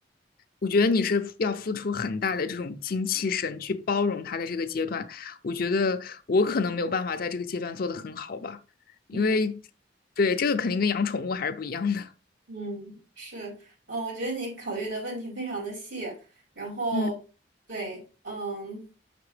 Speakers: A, on the left; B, on the right.
A: 我觉得你是要付出很大的这种精气神去包容他的这个阶段。我觉得我可能没有办法在这个阶段做得很好吧，因为
B: 嗯。
A: 对这个肯定跟养宠物还是不一样的。
B: 嗯，是，嗯，我觉得你考虑的问题非常的细，然后，
A: <laughs> 嗯，
B: 对，嗯，